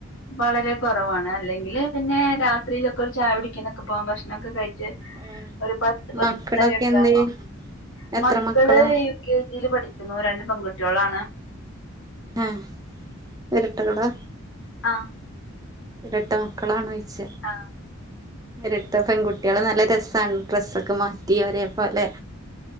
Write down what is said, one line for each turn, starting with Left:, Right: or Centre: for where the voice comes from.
Left: വളരെ കുറവാണ് അല്ലെങ്കിൽ പിന്നെ രാത്രിയിലൊക്കെ ഒരു ചായ പിടിക്കുന്നൊക്കെ പോവാാൻ ഭക്ഷണംമൊക്കെ കഴിച്ച
Right: ഏഹ്
Left: ഒരു പത്ത് പത്തര
Right: മക്കളൊക്കെ
Left: ഒക്കൊ
Right: എന്ത്
Left: ആവുമ്പൊ
Right: എത്ര
Left: മക്കള്
Right: മക്കളാ
Left: കെ ജിൽ പഠിക്കുന്നു രണ്ട് പെങ്കുട്ട്യോളാണ്
Right: ആഹ് ഇരട്ടകളാ
Left: ആഹ്
Right: ഇരട്ട മക്കളാണോയ്ച്ച?
Left: ആ
Right: ഇരട്ട പെൺകുട്ടികള് നല്ല രസാണ് ഡ്രെസ്സൊക്കെ മാറ്റി ഒരേ പോലെ